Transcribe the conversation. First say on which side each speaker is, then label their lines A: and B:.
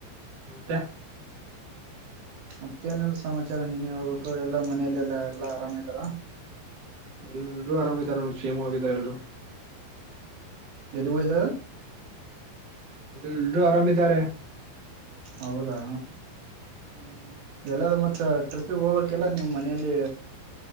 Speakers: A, on the right; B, on the right.
A: ಮತ್ತೆ
B: ಮತ್ತೇನೀಲ್ಲ ಸಮಾಚಾರ ನೀನ್ ಹೇಳ್ಬೇಕು ಎಲ್ಲಾ ಮನೇಲ್ಲೆಲ್ಲಾ ಎಲ್ಲಾ ಆರಾಮ ಇದ್ದಾರ
A: ಎಲ್ರು ಆರಾಮಾ ಇದರ ನೋಡ ಕ್ಷೇಮವಾಗಿದಿದ್ದಾರೆ ಎಲ್ರು.
B: ಯಲ್ಲಿ ವೈದ
A: ಎಲ್ರೂ ಆರಾಮಿದ್ದಾರೆ.
B: ಹೌದಾ
A: ಹ್ಮ್
B: ಎಲ್ಲ ಮತ್ತ ಟ್ರಿಪ್ಪಿಗೆ ಹೋಗ್ಬೇಕಲ್ಲ ನೀವು್ ಮನೆಯಲ್ಲಿ